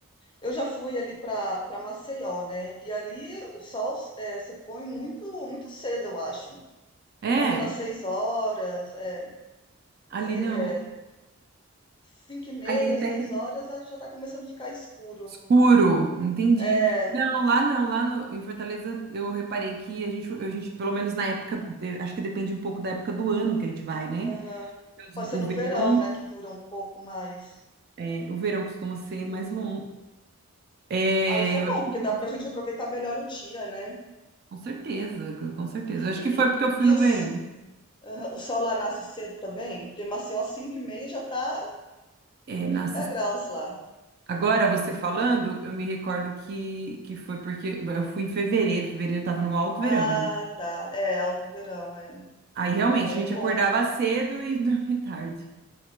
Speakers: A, on the left; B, on the right.
A: eu já fui ali para para Maceió, né? E ali o sol é, se põe muito, muito cedo, eu acho.
B: é,
A: Por volta das seis horas, é,
B: ali
A: sei,
B: não.
A: é, cinco e meia,
B: Ali até
A: seis
B: que
A: horas, ah, já está começando a ficar escuro.
B: escuro, entendi.
A: É,
B: Não, lá não, lá no- em Fortaleza eu reparei que a gente, a gente, pelo menos na época, de- acho que depende um pouco da época do ano que a gente vai, né?
A: aham. Pode ser
B: O
A: no
B: verão,
A: verão, né, que dura um pouco mais.
B: é, o verão costuma ser mais
A: Uhum.
B: longo. É,
A: Ah, isso é
B: eu
A: bom,
B: acho
A: porque
B: que foi,
A: dá pra gente aproveitar melhor o dia, né?
B: com certeza, com certeza. Eu acho
A: E,
B: que foi
A: e,
B: porque eu fui no
A: e os,
B: verão,
A: aham, o sol lá nasce cedo também? Porque em Maceió, às cinco e meia, já tá
B: é,
A: 30
B: na
A: graus lá.
B: Agora,
A: Uhum.
B: você falando, eu me recordo que, que foi porque eu fui em fevereiro, fevereiro tava no alto verão.
A: Ah,
B: né?
A: tá. É, alto verão, é.
B: Aí realmente
A: Ah,
B: a gente
A: é bom.
B: acordava cedo e <laughs> dormia tarde.